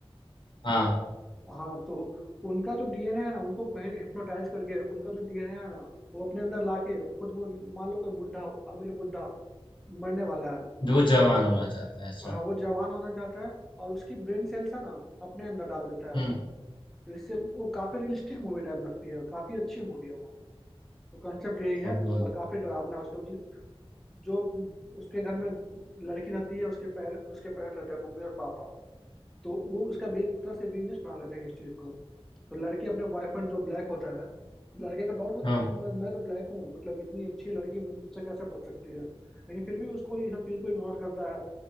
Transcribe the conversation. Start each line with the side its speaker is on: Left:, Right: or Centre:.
Left: हाँ
Centre: हाँ तो उनका जो डीएनए है ना उनको हिप्नोटाइज करके उनका जो डीएनए है ना वो अपने अंदर लाके खुद वो मान लो कोई बुढ़ा अमीर बुढ़ा मरने वाला है
Left: जो जवान
Centre: तो
Left: होना चाहता है अच्छा
Centre: हाँ वो जवान होना चाहता है और उसकी ब्रेन सेल्स है ना अपने अंदर डाल लेता है
Left: हम्म
Centre: वो तो इससे वो काफी रियलिस्टिक मूवी टाइप लगती है और काफी अच्छी मूवी है वो तो कॉन्सेप्ट यही है
Left: अब बोल
Centre: और काफी डरावना है उसका जो उसके घर में लड़की रहती है उसके पैर उसके पेरेंट्स रहते हैं मम्मी और पापा तो वो उसका बे- एक तरह से बिजनेस बना लेते हैं इस चीज को तो लड़की अपने बॉयफ्रेंड जो ब्लैक होता है लड़के का डाउट होता
Left: हाँ
Centre: है कि मैं, मैं तो ब्लैक हूँ मतलब इतनी अच्छी लड़की मुझसे कैसे पूछ सकती है लेकिन फिर भी उसको ये सब चीज को इग्नोर करता है